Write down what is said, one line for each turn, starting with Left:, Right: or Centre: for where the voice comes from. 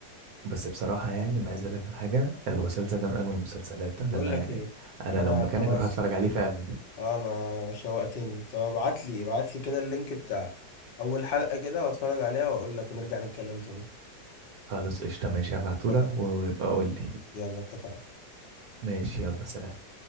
Right: بس بصراحة يعني انا عايز اقول لك على حاجة المسلسل ده من اجمل المسلسلات
Left: بقول
Right: انا لا
Left: لك
Right: يعني
Left: ايه
Right: انا
Left: انا
Right: لو مكانك
Left: خلاص
Right: اروح اتفرج عليه فعلا
Left: آه، انا شوقتني طب ابعت لي ابعت لي كده اللينك بتاع اول حلقه كده واتفرج عليها واقول لك ونرجع نتكلم تاني
Right: خلاص قشطة ماشي هبعتهولك
Left: اتفقنا
Right: ويبقى قول لي
Left: يلا اتفقنا
Right: ماشي يلا سلام